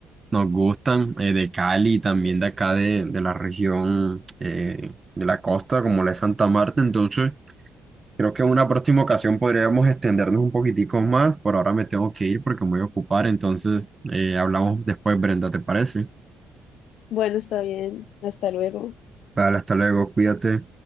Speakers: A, on the right (about 20°); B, on the left (about 70°).
A: nos gustan eh, de Cali y también de acá de, de la región eh, de la costa, como la de Santa Marta. Entonces, creo que en una próxima ocasión podríamos extendernos un poquitico más. Por ahora me tengo que ir porque me voy a ocupar, entonces eh, hablamos después, Brenda, ¿te parece?
B: Bueno, está bien. Hasta luego.
A: Vale, hasta luego, cuídate.